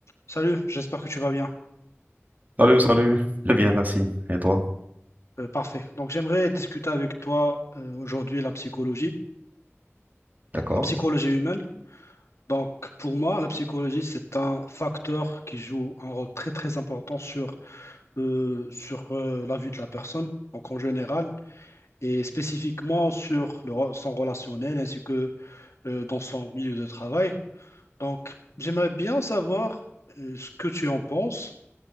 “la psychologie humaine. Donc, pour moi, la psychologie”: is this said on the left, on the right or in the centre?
Left